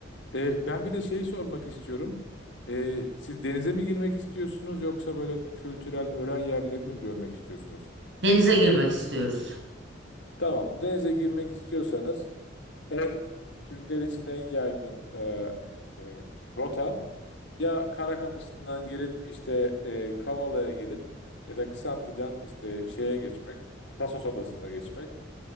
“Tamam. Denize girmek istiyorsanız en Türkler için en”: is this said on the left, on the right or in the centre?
Left